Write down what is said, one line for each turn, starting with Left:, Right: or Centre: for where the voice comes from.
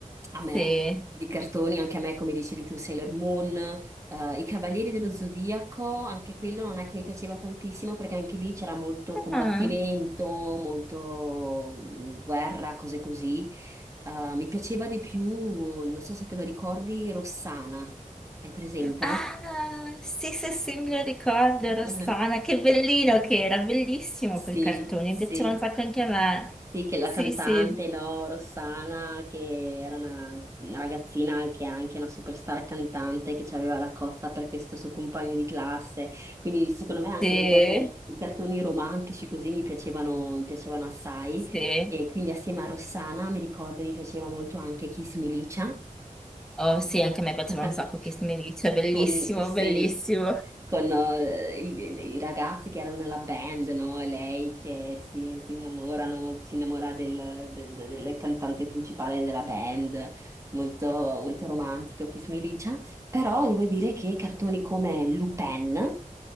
Right: A me
Centre: sì.
Right: di cartoni, anche a me, come dicevi tu, Sailor Moon, eh, I Cavalieri dello Zodiaco, anche quello non è che mi piaceva tantissimo perché anche lì c'era molto combattimento,
Centre: Ah.
Right: molto mm, guerra, cose così. Eh, mi piaceva di più, non so se te lo ricordi, Rossana. Hai presente?
Centre: Ah, sì, sì, sì, me lo ricordo,
Right: <laughs>
Centre: Rossana, che bellino che era, bellissimo
Right: Sì,
Centre: quel cartone,
Right: sì.
Centre: mi piaceva un sacco anche a me.
Right: Sì, che la
Centre: Sì,
Right: cantante,
Centre: sì,
Right: no, Rossana, che era una, una ragazzina che è anche una superstar cantante, che ci aveva la cotta per questo suo compagno di classe. Quindi secondo me anche
Centre: sì,
Right: le cose, i cartoni romantici così mi piacevano, mi piacevano assai.
Centre: sì.
Right: E quindi assieme a Rossana mi ricordo mi piaceva molto anche Kiss Me Licia,
Centre: Oh, sì, anche a me piaceva
Right: <laughs>
Centre: un sacco Kiss Me Alice, bellissimo,
Right: Con, sì,
Centre: bellissimo.
Right: con eh, il- il- i ragazzi che erano nella band, no? E lei che si, si innamorano, si innamora del, del- del cantante principale della band, molto, molto romantico, Kiss Me Licia. Però devo dire che cartoni come Lupin